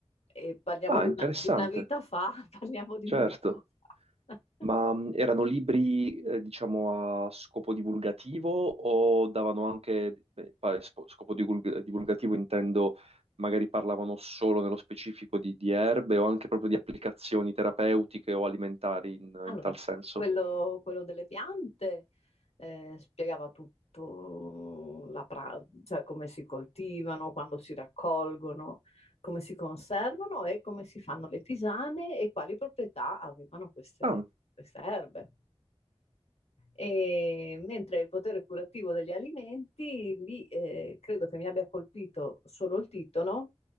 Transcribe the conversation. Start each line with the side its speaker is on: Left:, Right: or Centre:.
Left: E parliamo
Right: Ah,
Left: di
Right: interessante,
Left: una, di una vita fa, <laughs> parliamo di
Right: certo.
Left: una vita fa.
Right: Ma
Left: <laughs>
Right: mh, erano libri, eh, diciamo, a scopo divulgativo o davano anche, eh, pa- spo- scopo divulg- divulgativo intendo, magari parlavano solo nello specifico di, di erbe o anche proprio di applicazioni terapeutiche o alimentari in,
Left: Allora,
Right: in tal senso?
Left: quello, quello delle piante eh, spiegava tutto, la pra- cioè come si coltivano, quando si raccolgono, come si conservano e come si fanno le tisane e quali proprietà avevano queste,
Right: Ah,
Left: queste erbe. E mentre il potere curativo degli alimenti, lì eh, credo che mi abbia colpito solo il titolo,